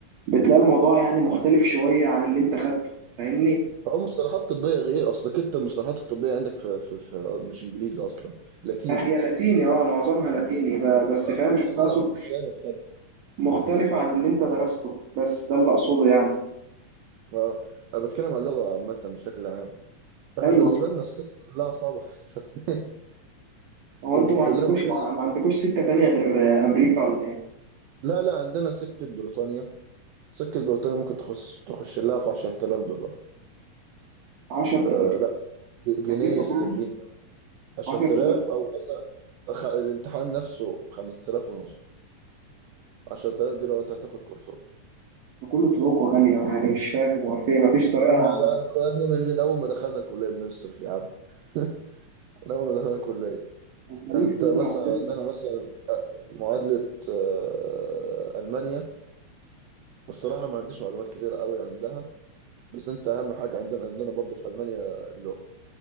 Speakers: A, on the right; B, on the right.
A: بتلاقي الموضوع يعني مختلف شويه عن اللي انت خدته فاهمني
B: هو مصطلحات طبية غير أصلك أنت المصطلحات الطبية عندك في, في, في مش إنجليزي أصلا لاتيني
A: آه، هي لاتيني اه معظمها لاتيني ب- بس فاهم
B: فكده
A: بس اقصد
B: بتلاقي مختلف
A: مختلفه عن اللي انت درسته بس ده اللي اقصده يعني
B: اه انا بتكلم عن اللغه عامه بشكل عام احنا
A: ايوه
B: بالنسبه لنا السكه كلها صعبه في الاسنان
A: هو
B: <laughs> وكلها
A: انتوا ما عندكوش
B: مكلفه
A: ما ما عندكوش سكه تانية غير آه، امريكا ولا
B: لا لا عندنا سكه بريطانيا سكه بريطانيا ممكن تخش تخش لها في 10000 دولار
A: 10000
B: آه لا ج- جنيه
A: تكلفه
B: استرليني
A: كلها
B: 10000
A: 10000
B: او مثلا خ- الامتحان نفسه 5000 ونص 10000 دي لو انت هتاخد كورسات
A: كله طرقه غاليه يعني مش فاهم هو في ما فيش طريقه
B: احنا ده كنا من, من اول ما دخلنا الكليه بنصرف يا عم <laughs> من اول ما دخلنا الكليه
A: الخليج
B: يعني انت
A: طبعا
B: مثلا
A: عندنا
B: يعني انا مثلا آه، معادله آه، المانيا الصراحه ما عنديش معلومات كتيره قوي عندها بس انت اهم حاجه عندنا عندنا برضو في المانيا اللغه